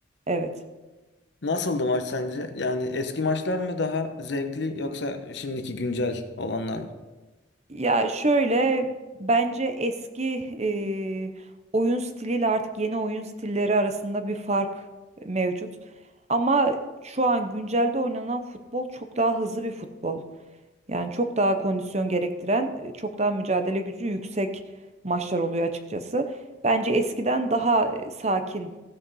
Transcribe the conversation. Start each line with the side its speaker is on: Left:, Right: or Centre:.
Right: Evet.
Left: Nasıldı maç sence? Yani eski maçlar mı daha zevkli yoksa şimdiki güncel olanlar mı?
Right: Ya şöyle bence eski eee, oyun stiliyle artık yeni oyun stilleri arasında bir fark mevcut. Ama şu an güncelde oynanan futbol çok daha hızlı bir futbol. Yani çok daha kondisyon gerektiren, e, çok daha mücadele gücü yüksek maçlar oluyor açıkçası. Bence eskiden daha e, sakin,